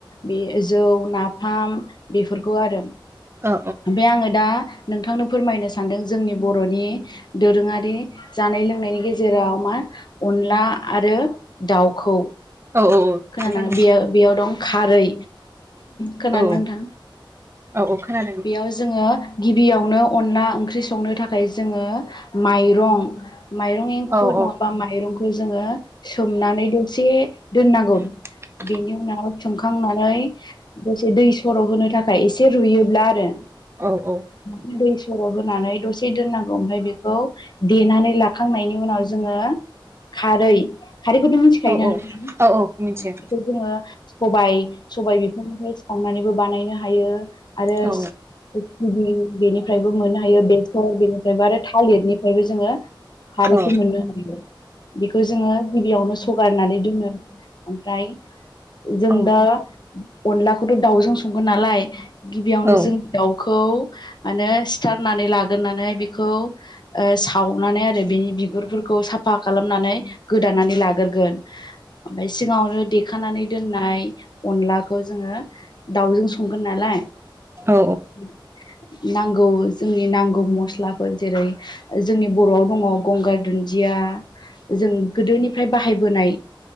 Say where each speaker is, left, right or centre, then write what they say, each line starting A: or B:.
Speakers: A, on the left; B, on the right.
A: बे जौ नाफाम बेफोरखौ आरो
B: औ
A: बे आङो दा नोंथांनो फोरमायनो सानदों जोंनि बर'नि दोरोङारि जानाय लोंनायनि गेजेराव मा अनला आरो दाउखौ
B: औ औ
A: खोनानाङ
B: खोन्थानो
A: बेयो बेयाव दं। खारै खोनादों
B: औ
A: ना नोंथां
B: औ औ खोनादों
A: बेयाव जोङो। गिबियावनो अनला ओंख्रि संनो थाखाय जोङो माइरं माइरं एंखुर
B: औ औ
A: नङाबा माइरंखौ जोङो सोमनानै दसे दोननांगौ
B: <inaudible>
A: बेनि उनाव थुनखांनानै दसे दै सर' होनो थाखाय एसे रुयोब्ला आरो
B: औ औ
A: ओ दै सर' होनानै दसे दोननांगौ ओयफ्राय बेखौ देनानै लाखांनायनि उनाव जोङो खारै खारैखौथ' मिथिखायोना
B: औ
A: नोंथां
B: औ औ मिथियो
A: बेखौ जोङो सबाय सबाय बिफांनिफ्राय सावनानैबो बानायनो हायो। आरो
B: औ
A: सिबिं बेनिफ्रायबो मोननो हायो बेसर बेनिफ्रायबो आरो थालिरनिफ्रायबो जोङो खारैखौ
B: औ
A: मोननो हांगौ बेखौ जोङो गिबियावनो सगारनानै दोनो ओमफ्राय जों
B: औ
A: दा अनलाखौथ' दाउजों संगोन नालाय। गिबियावनो
B: औ
A: जों दाउखौ माने सिथारनानै लाग्रोनानै बिखौ सावनानै आरो बिनि बिगुरफोरखौ सा फा खालामनानै गोदानानै लाग्रोगोन। ओमफ्राय सिगाङावनो देखानानै दोननाय अनलाखौ जोङो दाउजों संगोन नालाय।
B: औ
A: <inaudible> नांगौ जोंनि नांगौ मस्लाफोर जेरै जोंनि बर'आव दङ गंगार दुन्दि या जों गोदोनिफ्राय बाहायबोनाय।